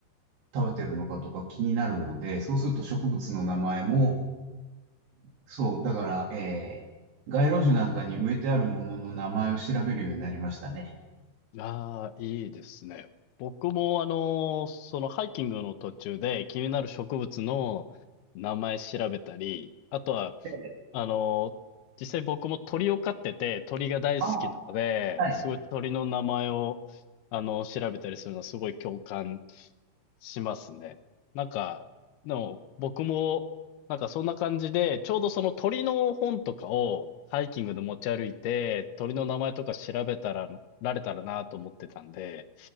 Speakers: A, on the right; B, on the left.
A: 食べてるのかとか気になるので、そうすると植物の名前も、そう、だから、えー、街路樹なんかに植えてあるものの名前を調べるようになりましたね。
B: ああ、いいですね。僕もあの、そのハイキングの途中で気になる植物の名前調べたり、あとは
A: ええ
B: あの、実際僕も鳥を飼ってて、鳥が大好きなので、
A: ああ、はい。
B: すごい鳥の名前を、あの、調べたりするのはすごい共感しますね。なんか、でも僕も、なんかそんな感じで、ちょうどその鳥の本とかをハイキングで持ち歩いて、鳥の名前とか調べたら、られたらなと思ってたんで、